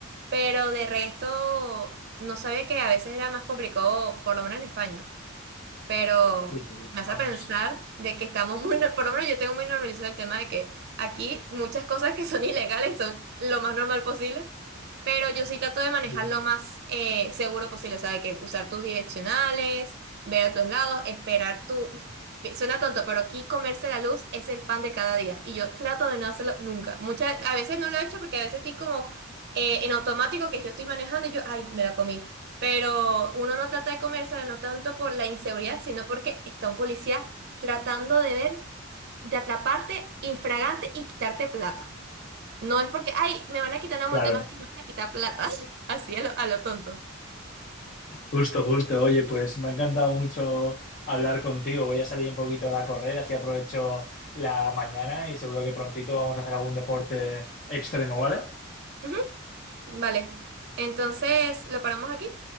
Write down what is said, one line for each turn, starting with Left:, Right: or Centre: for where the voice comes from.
Right: Pero de resto, no sabía que a veces era más complicado, por lo menos en España pero
Left: Sí, sí,
Right: me hace
Left: vamos,
Right: pensar de que estamos muy, no- por lo menos yo tengo muy normalizado el tema de que aquí muchas cosas que son <laughs> ilegales son lo más normal posible, pero yo sí trato de manejar
Left: digo.
Right: lo más eh, seguro posible, o sea, de que usar tus direccionales, ver a tus lados, esperar tu... <laughs> Suena tonto, pero aquí comerse la luz es el pan de cada día y yo trato de no hacerlo nunca. Muchas, a veces no lo he hecho porque a veces estoy como eh, en automático que yo estoy manejando y yo, ay, me la comí. Pero uno no trata de comérsela no tanto por la inseguridad, sino porque está un policía tratando de ver, de atraparte infragante y quitarte plata. No es porque, ay, me van a quitar una
Left: Claro,
Right: multa, no, es que me van a quitar plata. <laughs> Así a lo, a lo tonto.
Left: justo, justo. Oye, pues me ha encantado mucho hablar contigo. Voy a salir un poquito a correr, así aprovecho la mañana y seguro que prontito vamos a hacer algún deporte extremo, ¿vale?
Right: Ujú, Vale. Entonces, ¿lo paramos aquí?